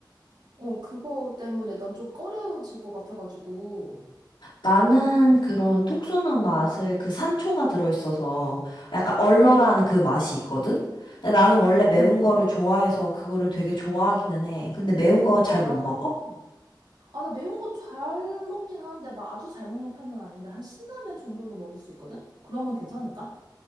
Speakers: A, on the right; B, on the left.
A: 어, 그거 때문에 난 좀 꺼려질 것 같아가지고,
B: 나는 그런 톡 쏘는 맛을 그 산초가 들어있어서 약간 얼얼한 그 맛이 있거든? 근데 나는 원래 매운
A: 응,
B: 거를
A: 응.
B: 좋아해서 그거를 되게 좋아하기는 해. 근데 매운 거 잘
A: 아.
B: 못 먹어?
A: 아, 나 매운 거 잘 먹긴 하는데, 막 아주 잘 먹는 편은 아닌데, 한 신라면 정도는 먹을 수 있거든? 그러면 괜찮을까?